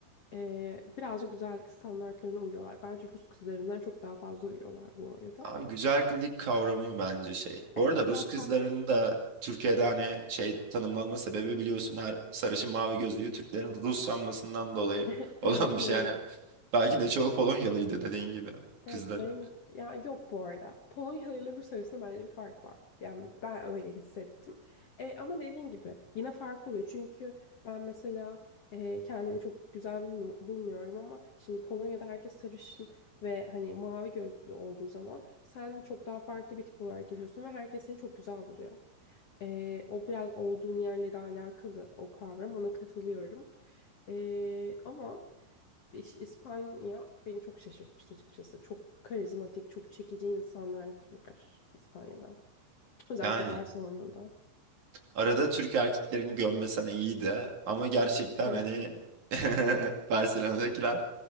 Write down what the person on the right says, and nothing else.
abi güzellik kavramı bence şey.
Bu arada
Rus
kızların
da Türkiye'de hani şey tanımlanma sebebi biliyorsun her sarışın mavi gözlüyü Türklerin Rus sanmasından dolayı
<laughs> olan bir
şey. Yani belki de çoğu Polonyalıydı dediğin gibi
kızların.
Yani
Arada Türk erkeklerini gömmesen iyi de, ama gerçekten
hani <laughs> Barcelona'dakiler